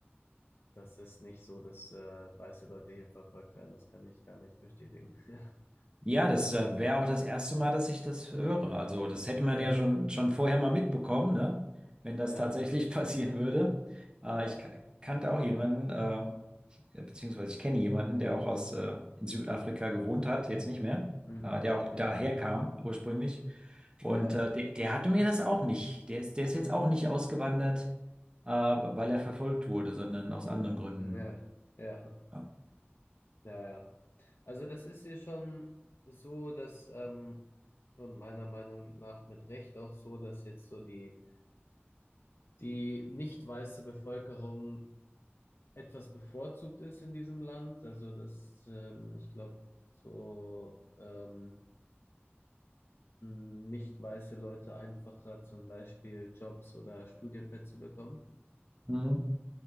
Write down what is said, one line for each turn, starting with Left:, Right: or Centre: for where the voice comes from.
Left: das ist nicht so, dass äh, weiße Leute hier verfolgt werden. Das kann ich gar nicht bestätigen. <laughs>
Right: Ja, das äh, wäre auch das erste Mal, dass ich das höre. Also, das hätte man
Left: Ja,
Right: ja schon, schon vorher mal mitbekommen, ne? Wenn
Left: ja,
Right: das
Left: ja,
Right: tatsächlich <laughs> passieren würde. Äh,
Left: ja,
Right: ich ka- kannte auch jemanden, äh, ich- beziehungsweise ich kenne jemanden, der auch aus, äh, in Südafrika gewohnt hat, jetzt nicht mehr,
Left: hm,
Right: äh, der auch
Left: ja,
Right: daher kam ursprünglich. Und
Left: ja,
Right: äh, der, der hatte mir das auch nicht. Der ist, der ist jetzt auch nicht ausgewandert, äh, weil er verfolgt wurde, sondern aus anderen Gründen.
Left: ja, ja,
Right: Ja.
Left: ja, ja. Also das ist hier schon so, dass ähm, und meiner Meinung nach mit Recht auch so, dass jetzt so die die nicht weiße Bevölkerung etwas bevorzugt ist in diesem Land. Also, dass ähm, ich glaube, so ähm, m, nicht weiße Leute einfacher zum Beispiel Jobs oder Studienplätze bekommen.
Right: Mhm.